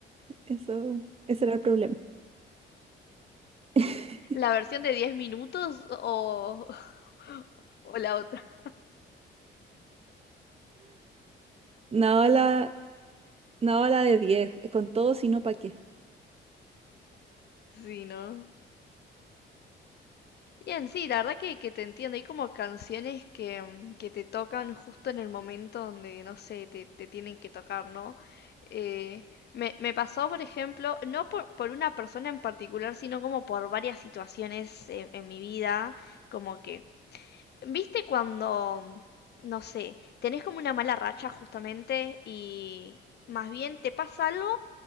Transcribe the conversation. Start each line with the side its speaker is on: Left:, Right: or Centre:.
Right: Eso, ese era el problema. <laughs>
Left: ¿La versión de 10 minutos o, <laughs> o la otra?
Right: No la, no la de 10 eh, con todo sino pa' qué.
Left: Sí, ¿no? Bien, sí, la verdad que, que te entiendo. Hay como canciones que, mm, que te tocan justo en el momento donde, no sé, te, te tienen que tocar, ¿no? Eh, me, me pasó, por ejemplo, no por, por una persona en particular, sino como por varias situaciones en, en mi vida, como que, ¿viste cuando, no sé, tenés como una mala racha justamente y más bien te pasa algo?